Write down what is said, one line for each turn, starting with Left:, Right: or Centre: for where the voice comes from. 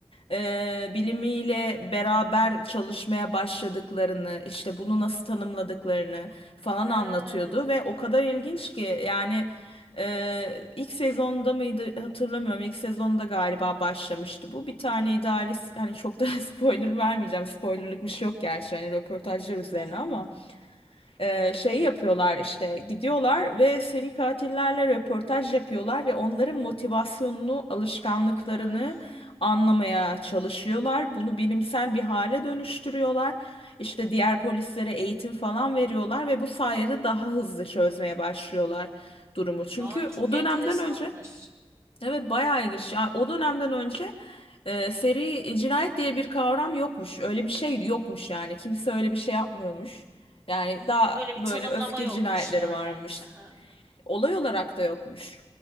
Left: e, bilimiyle beraber çalışmaya başladıklarını işte bunu nasıl tanımladıklarını falan
Right: Ha.
Left: anlatıyordu ve o kadar ilginç ki yani ee, ilk sezonda mıydı hatırlamıyorum. İlk sezonda galiba başlamıştı bu. Bir tane idealist hani çok da <laughs> spoiler vermeyeceğim. Spoilerlık bir şey yok gerçi hani röportajlar üzerine
Right: Hı hı.
Left: ama e, şeyi yapıyorlar işte gidiyorlar ve seri katillerle röportaj yapıyorlar ve onların motivasyonunu, alışkanlıklarını
Right: Ha.
Left: anlamaya çalışıyorlar. Bunu bilimsel bir hale dönüştürüyorlar. İşte diğer polislere eğitim falan veriyorlar ve bu sayede daha hızlı çözmeye başlıyorlar durumu. Çünkü
Right: Aa, çok
Left: o dönemden
Right: enteresanmış.
Left: önce Evet bayağı ilginç. Ya o dönemden önce e, seri cinayet diye bir kavram yokmuş. Öyle bir şey yokmuş yani. Kimse öyle bir şey yapmıyormuş. Yani
Right: Hı hı.
Left: daha
Right: Öyle bir
Left: böyle
Right: tanımlama
Left: öfke
Right: yokmuş
Left: cinayetleri
Right: yani.
Left: varmış.
Right: Hı hı.
Left: Olay olarak da yokmuş.